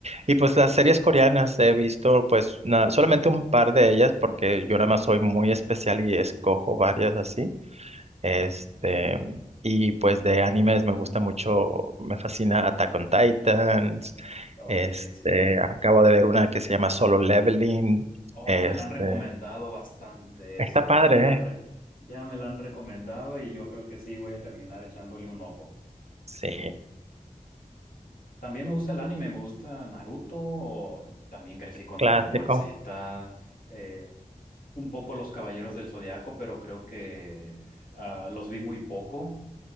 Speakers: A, on the right; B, on the left.
A: y pues las series coreanas he visto, pues na- solamente un par de ellas, porque yo nada más soy muy especial y escojo varias así. Este,
B: Sí.
A: y pues de animes me gusta mucho, me fascina Attack on Titans.
B: Ok,
A: Este,
B: sí.
A: acabo de ver una que se llama Solo Leveling.
B: Oh,
A: Este,
B: me la han recomendado bastante
A: está
B: esa.
A: padre,
B: Ya me la han
A: ¿eh?
B: re- ya me la han recomendado y yo creo que sí voy a terminar echándole un ojo.
A: Sí,
B: También me gusta el anime, me gusta Naruto, o también crecí con
A: clásico.
B: Dragon Ball Z, eh, un poco Los Caballeros del Zodiaco, pero creo que ah, los vi muy poco.